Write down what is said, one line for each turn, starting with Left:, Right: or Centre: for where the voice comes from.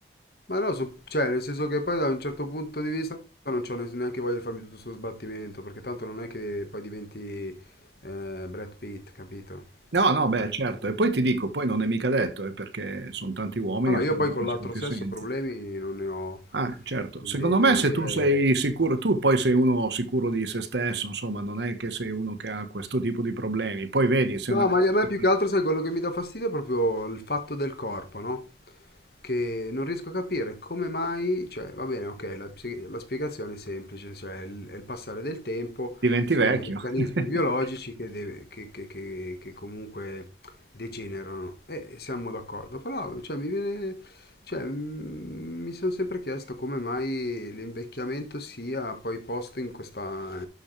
Left: Ma no, su- cioè, nel senso che poi da un certo punto di vista non c'ho ne- neanche voglia di farmi tutto questo sbattimento, perché tanto non è che poi diventi eh, Brad Pitt, capito?
Right: No, no, beh
Left: Cioè,
Right: certo. E poi ti dico, poi non è mica detto, eh, perché son tanti uomini
Left: ma no,
Right: che
Left: io
Right: stanno
Left: poi con l'altro
Right: anche
Left: sesso
Right: senza.
Left: problemi non ne ho,
Right: Ah, certo.
Left: quindi
Right: Secondo me
Left: devo
Right: se
Left: dire...
Right: tu sei sicuro, tu poi sei uno sicuro di se stesso, insomma, non è che sei uno che ha questo tipo di problemi. Poi vedi, se
Left: No,
Right: è una
Left: ma
Right: cosa
Left: a me più
Right: che
Left: che altro, sai, quello che mi dà fastidio è proprio il fatto del corpo, no? Che non riesco a capire come mai, cioè, va bene, ok, la, psi- la spiegazione è semplice, cioè il- è il passare del tempo,
Right: diventi
Left: sono
Right: vecchio.
Left: meccanismi
Right: <laughs>
Left: biologici che, deve- che- che- che- che comunque degenerano, e siamo d'accordo, però, cioè, mi viene, cioè, mm, mi sono sempre chiesto come mai l'invecchiamento sia poi posto in questa,